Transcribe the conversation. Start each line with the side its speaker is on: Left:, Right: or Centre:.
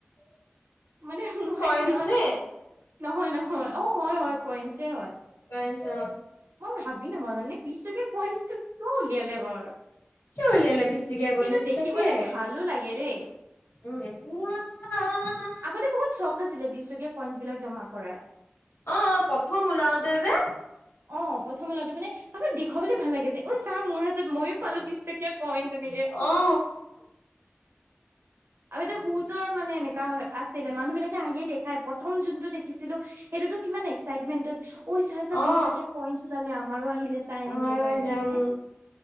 Right: মানে মই সেইদিনাখন
Left: কইনচ নে
Right: নহয় নহয় অ হয় হয় কইনচে হয়
Left: কইনচ অ
Right: মই ভাবি নাপাওঁ জানে বিছটকীয়া কইনচটো কিয় উলিয়ালে বাৰু
Left: কিয় উলিয়ালে বিছটকীয়া কইনচটো
Right: কিন্তু দেখিবলে
Left: তাকে।
Right: ভালো লাগে দেই
Left: উম একুৱা আ আহ
Right: আগতে বহুত চখ আছিলে বিছ টকীয়া কইনচ বিলাক জমা কৰা।
Left: অ অ প্ৰথম ওলাওতে যে
Right: অ প্ৰথম ওলাওতে মানে কাৰোবাক দেখুৱাবলৈ ভাল লাগে যে ঐ চাহ মোৰ হাতত মইয়ো পালো বিছ টকীয়া কইন তেনেকে
Left: অ অ
Right: আগতে বহুতৰ মানে এনেকা হয়। আছিলে মানুহ বিলাকে আহি দেখাই প্ৰথম যোনটো দেখিছিলো সেইটোতো কিমান এক্সাইটমেন্টত। ঐ চা চা
Left: অ
Right: বিছ টকীয়া কইনচ ওলালে আমাৰো আহিলে চা এনেকে
Left: আমাৰো
Right: কয়
Left: আহিলে
Right: এইবিলাক মানে
Left: উম